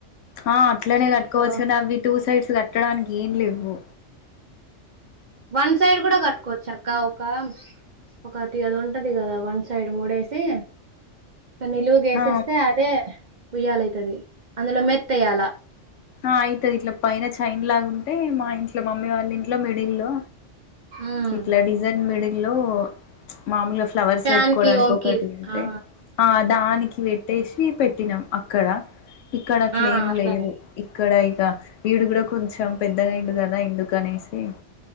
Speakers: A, on the left; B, on the right.
A: ఆ అట్లనే
B: చీరతో
A: కట్టుకోవచ్చు కాని అవి టూ సైడ్స్ కట్టడానికి ఏం లెవ్వు
B: వన్ సైడ్ కూడా కట్టుకోవచ్చు అక్క ఒక ఒకటి అది ఉంటది కదా వన్ సైడ్ మూడేసి నిలువు గేసేస్తే
A: ఆ
B: అదే ఉయ్యాలైతది అందులో మెత్త ఎయాల
A: ఆ అయితది ఇట్లా పైన చైన్ లాగా ఉంటే మా ఇంట్లో మమ్మీ వాళ్ళ ఇంట్లో మిడిల్ లో
B: ఉమ్
A: ఇట్లా డిజన్ మిడిల్ ల్లో మామూలుగా ఫ్లవర్స్
B: ఫ్యాన్
A: పెట్టుకోవడానికి
B: కి వంకి
A: ఒకటి ఉంటే
B: ఆ
A: దానికి పెట్టేసి పెట్టినాం అక్కడ ఇక్కడ అట్లేం
B: ఆ అట్లనే
A: లేదు. ఇక్కడ ఇగ వీడు కూడా కొంచెం పెద్దగా అయ్యిండు కదా ఎందుకు అనేసి